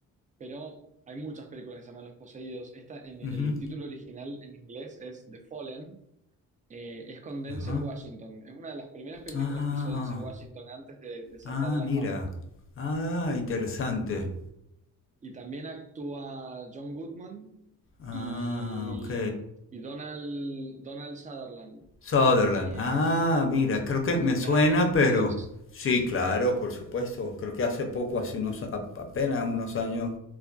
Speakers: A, on the right; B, on the left.
A: pero hay muchas películas que se llaman Los Poseídos. Esta, en, el
B: Ujú.
A: título original en inglés es The Fallen, eh, es con Denzel
B: Ajá.
A: Washington. Es una de las primeras películas
B: Ah, ah,
A: que hizo Denzel
B: ah.
A: Washington antes de, de saltar
B: Ah,
A: a la
B: mira.
A: fama.
B: Ah, interesante.
A: Y también actúa John Goodman
B: Ah,
A: y,
B: ok.
A: y Donald, Donald Sutherland.
B: Sutherland.
A: Eh,
B: Ah, mira, creo que me
A: grandes
B: suena,
A: actores.
B: pero sí, claro, por supuesto. Creo que hace poco, hace unos a- apenas unos años